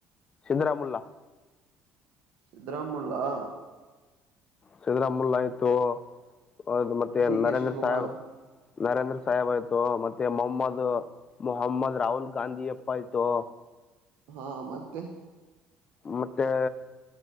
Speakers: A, on the left; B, on the right.
A: ಸಿಂಧ್ರಮುಲ್ಲ
B: ಸಿದ್ರಾಮುಲ್ಲಾ.
A: ಸಿದ್ದರಾಮುಲ್ಲ ಆಯ್ತು. ಹೌದು ಮತ್ತೆ
B: ಡಿ ಕೆ
A: ನರೇಂದ್ರ
B: ಶಿವಕುಮಾರ್
A: ಸಾಹೇಬ್. ನರೇಂದ್ರ ಸಾಹೇಬ್ ಆಯ್ತು ಮತ್ತೆ ಮೊಹಮ್ಮದ್ ಮೊಹಮ್ಮದ್ ರಾಹುಲ್ ಗಾಂಧಿ ಅಪ್ಪ ಆಯ್ತು.
B: ಹಾ ಮತ್ತೆ.
A: ಮತ್ತೆ